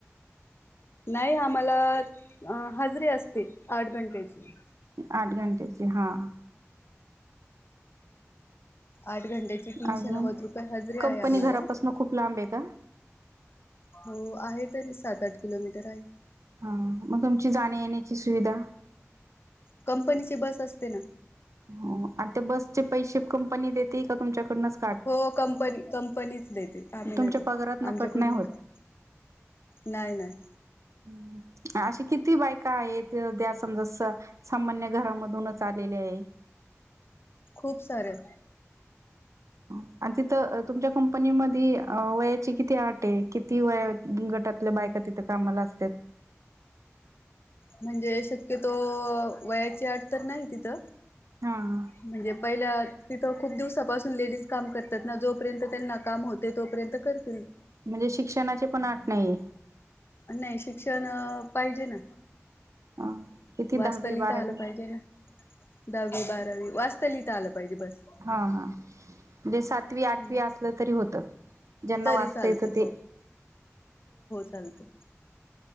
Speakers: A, on the left; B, on the right.
A: नाही आम्हाला अ हजरी असते आठ घंटेची
B: आठ घंट्याचे हा.
A: आठ घंट्याची तीनशे
B: अजून
A: नव्वद रुपये हजरीे
B: कंपनी
A: आहे आम्हाला.
B: घरापासून खूप लांब आहे का
A: हो आहे तरी सात-आठ किलोमीटर आहे.
B: हा मग तुमची जाण्या येण्याची सुविधा?
A: कंपनीची बस असते ना.
B: हो आणि त्या बसचे पैसे कंपनी देेते का तुमच्याकडनच?
A: हो कंपनी कंपनीच देते. आम्ही
B: तुमच्या
A: नाही देत.
B: पगारात न
A: आमच्याकडून
B: कट होत
A: नाही. नाही-नाही.
B: हम्म <unintelligible> अशी किती बायका आहेत. त्या. समजा सामान्य घरामधूनच आलेल्या आहेत.
A: खूप साऱ्या.
B: हो <unintelligible> आणि तिथं. तुमच्या कंपनी मधी वयाची किती आट आहे. किती वया गटातल्या बायका तिथं कामाला असत्यात?
A: म्हणजे शक्यतो, वयाची आठ तर नाही तिथं.
B: हा. हा.
A: म्हणजे पहिल्या तिथं खूप दिवसापासून लेडीज काम करत्यात ना. जोपर्यंत त्यांना काम होते तोपर्यंत करतात.
B: म्हणजे शिक्षणाची पण अट नाहीये.?
A: नाही शिक्षण पाहिजे ना.
B: ह किती
A: वाचता
B: दहावी
A: लिहिता
B: बारावी
A: आलं पाहिजे ना दहा. वी-बारावी वाचता- लिहिता आलं पाहिजे बस.
B: हा हा म्हणजे सात तवी आठवी
A: हम्म.
B: असलं तरी होत, ज्यांना
A: तरी
B: वाचता
A: चालते
B: येत ते
A: चालतं.